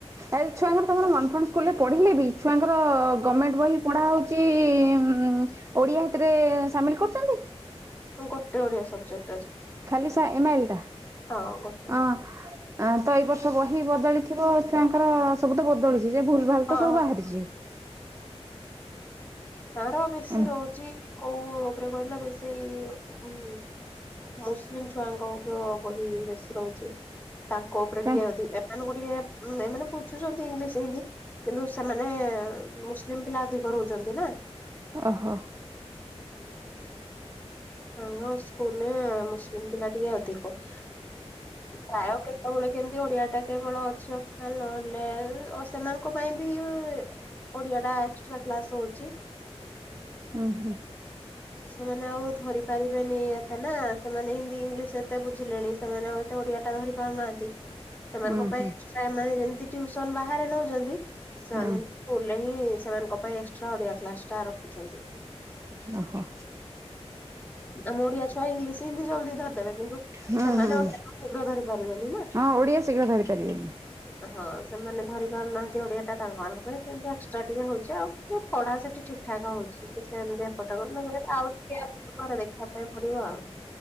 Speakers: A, on the right; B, on the left.
A: ଆରେ ଛୁଆଙ୍କର ତମର <unintelligible> ସ୍କୁଲରେ ପଢ଼ିଲେ ବି ଛୁଆଙ୍କର ଗଭର୍ଣ୍ଣମେଣ୍ଟ ବହି ପଢ଼ା ହେଉଛି ଓଡ଼ିଆଥିରେ ଏ ସାମିଲ କରୁଚନ୍ତି?
B: ମ୍ ଗୋଟେ ଓଡିଆ ସବଜେକ୍ଟ।
A: ଖାଲି ସା ଏମାଏଲ ଟା
B: ହଁ ଗୋଟେ
A: ଅ ଆ ତ ଏଇ ବର୍ଷ ବହି ବଦଳିଥିବ ଛୁଆଙ୍କର ସବୁ ତ ବଦଳିଚି। ଯେ ଭୁଲ ଭାଲ
B: ହଁ
A: ତ ସବୁ
B: ହଁ।
A: ବାହାରିଛି।
B: ତାର ବେଶୀ
A: ଏମ୍
B: ରହୁଛି କୋଉ ଉପରେ କହିଲ ବେଶୀ ଉଁ ମୁସଲିମ୍ ଛୁଆଙ୍କ ଉପିୟ ବହି ବେଶୀ ରହୁଚି ତାଙ୍କ ଉପରେ
A: କାଇଁ
B: ଟିକେ ଅଧିକ ଏମାନଙ୍କୁ ଟିକେ ଏମାନେ ବୁଝୁଛନ୍ତି ଇଂଲିଶ ହିନ୍ଦୀ କିନ୍ତୁ ସେମାନେ ମୁସଲିମ ପିଲା ଅଧିକ ରହୁଛି। ଛନ୍ତି ନା।
A: ଓହୋ।
B: ସାଙ୍ଗ ସ୍କୁଲରେ ମୁସଲିମ୍ ପିଲା ଟିକେ ଅଧିକ। ପ୍ରାୟ କେତେବେଳେ କେମତି ଓଡିଆ। ଟା କେବଳ ଅଛି ଅକ୍ସଲ ନହେଲେ ଆ ସେମାନଙ୍କ ପାଇଁ ବି ଏ ଓଡିଆ ଟା ଏକସ୍ଟ୍ରା କ୍ଲାସ ହଉଚି।
A: ଉଁ ହୁଁ।
B: ସେମାନେ ଆଉ ଧରି ପାରିବେନି ଏତେ ନା ସେମାନେ ହିନ୍ଦୀ ଇଂଲିଶ ଏତେ ବୁଝିଲେଣି ସେମାନେ ଆଉ ଏତେ ଓଡିଆ ଟା ଧରି ପାରୁନାହାନ୍ତି। ସେମାନଙ୍କ
A: ହୁଁ
B: ପାଇଁ
A: ହୁଁ
B: ଏକ୍ସଟ୍ରା ଏମ୍ ଆଇ ଏଲ୍ ଯେମିତି ଟିଉସନ ବାହାରେ ନଉଚନ୍ତି ସେମାନେ
A: ହୁଁ
B: ସେମିତି ସ୍କୁଲରେ ହିଁ। ସେମାନଙ୍କ ପାଇଁ ଏକଷ୍ଟ୍ରା୍ ଓଡିଆ କ୍ଲାସ ଟା ରଖୁଚନ୍ତି।
A: ଓହୋ।
B: ଆମ ଓଡିଆ ଛୁଆ ଇଂଲିଶ ହିନ୍ଦୀ ଜଲଦି ଧରି ଦେବେ କିନ୍ତୁ
A: ହୁଁ
B: ସେମାନେ
A: ହୁଁ
B: ଗୋଟେ <inaudible> ଶୀଘ୍ର ଧରିପାରିବେନି ନା।
A: ହଁ ଓଡିଆ ଶୀଘ୍ର ଧରି ପାରିବେନି
B: ହଁ। ସେମାନେ ଧରି ପାରୁନାହାନ୍ତି ଓଡିଆଟା ତାଙ୍କା ମାନଙ୍କ ପାଇଁ ସେମିତି ଏକ୍ସଟ୍ରା ଟିକେ ହୋଉଚି ଆଉ ସେ ପଢା ସେଠି ଠିକ୍ ଠାକ୍ ହୋଉ ସେ ତ ଚାହୁଁ ନାହାଁନ୍ତି ଏପଟ ହୋଉ <unintelligible> ମାନେ ଆଉ ଟିକେ ଆ ଘରେ ଦେଖିବା ପାଇଁ ପଡିବ ଆଉ।